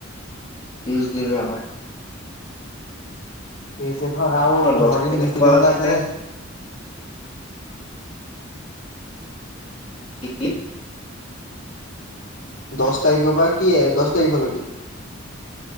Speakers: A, on the left; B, on the left.
A: ত্ৰিছ দিনীয়া আকৌ
B: ত্ৰিশ দিন আৰু পোন্ধৰ
A: দহ তাৰিখৰ
B: দিন বিছ দিন
A: পৰা
B: মান
A: হৈছে
B: আছে নে
A: কি
B: দহ তাৰিখৰ পা কি দহ তাৰিখলৈকে